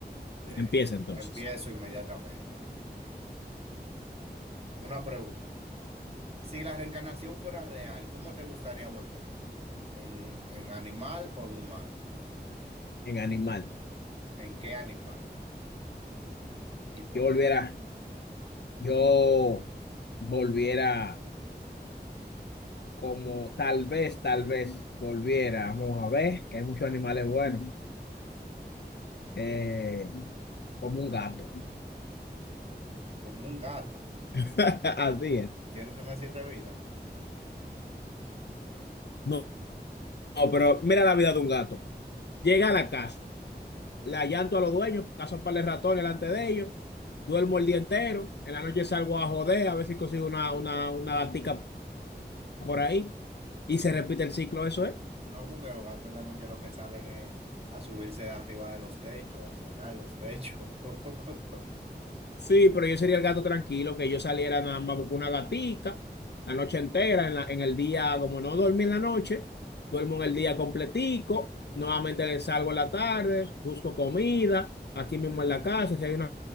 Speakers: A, on the right; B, on the left.
A: Bien,
B: empieza entonces.
A: empiezo inmediatamente. Una pregunta. Si la reencarnación fuera real, ¿cómo te gustaría volver? ¿En, en animal o en humano?
B: En animal.
A: ¿En qué animal? ¿Y por
B: Yo volviera,
A: qué?
B: yo volviera como tal vez, tal vez volviera. Vamos a ver, que hay muchos animales buenos. Eh, como un gato.
A: Como un gato.
B: <laughs> Así es.
A: ¿Quieres tener siete vidas?
B: No, no, pero mira la vida de un gato. Llega a la casa, la llanto a los dueños, caso para el ratón delante de ellos, duermo el día entero, en la noche salgo a joder, a ver si consigo una, una, una gatica por ahí y se repite el ciclo, eso es.
A: No, porque los gatos en la noche lo que salen es a subirse arriba de los techos, a sonar los techos. <laughs>
B: Sí, pero yo sería el gato tranquilo, que yo saliera nada más por una gatica la noche entera, en la, en el día, como no dormí en la noche, duermo en el día completico, nuevamente salgo en la tarde, busco comida, aquí mismo en la casa, si hay una,